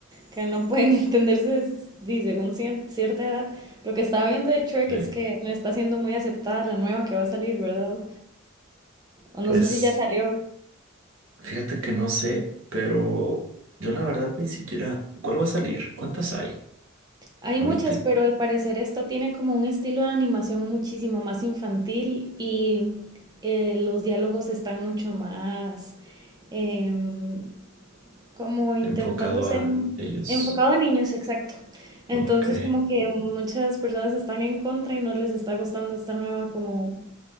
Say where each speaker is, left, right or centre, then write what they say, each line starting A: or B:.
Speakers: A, on the right; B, on the right.
A: que no pueden <laughs> entenderse sí, según cien- cierta edad. Lo que estaba viendo de Shrek
B: Sí.
A: es que no está siendo muy aceptada la nueva que va a salir, ¿verdad? O
B: Pues,
A: no sé si ya salió.
B: fíjate que no sé, pero yo la verdad ni siquiera, ¿cuál va a salir? ¿Cuántas hay?
A: Hay
B: Ahorita
A: muchas, pero al parecer esta tiene como un estilo de animación muchísimo más infantil y eh, los diálogos están mucho más... em, como intentando
B: enfocado
A: ser
B: a ellos.
A: enfocado a niños, exacto. Entonces,
B: Ok,
A: como que muchas personas están en contra y no les está gustando esta nueva, como,